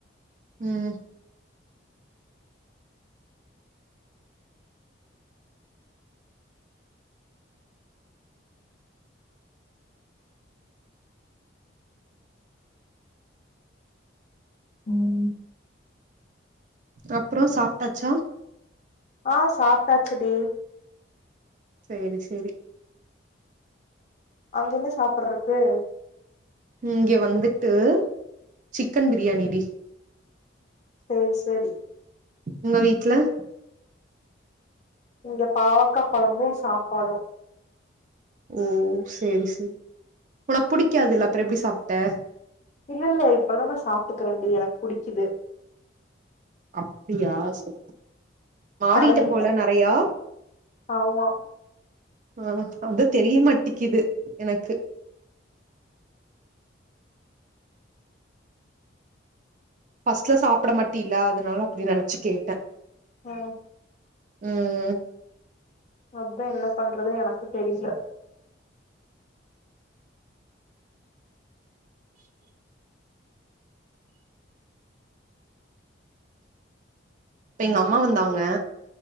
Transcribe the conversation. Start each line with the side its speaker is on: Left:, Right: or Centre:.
Right: உம்
Left: உம்
Right: அப்ரோ சாப்ட்டாச்சா
Left: ஆ சாப்ட்டாச்சு டி
Right: செரி செரி
Left: அங்க என்ன சாப்பறக்கு
Right: இங்க வந்துட்டு சிக்கன் பிரியாணிடி
Left: சரி சரி
Right: உங்க வீட்ல
Left: இங்க பாவக்கா கொலம்பு சாப்பாடு
Right: ஓ செரி செரி உனக்கு புடிக்காதுல்ல அப்ரோ எப்டி சாப்ட்ட
Left: இல்லல்ல இப்பெல்லா நா சாப் ப்ரண்டி எனக் புடிக்குது
Right: அப்டியா சே மாரிட்ட
Left: பழகிட்டே
Right: போல நறையா
Left: ஆமா
Right: ஆ அதான் தெரிய மாட்டிகிது எனக்கு ஃபர்ஸ்ட்லா சாப்ட மாட்டில்ல அதனால அப்டி நனச்சி கேட்டே
Left: ம்
Right: உம்
Left: அதான் என்ன பண்றதுன் எனக்கு தெரில
Right: எங்க அம்மா வந்தாங்க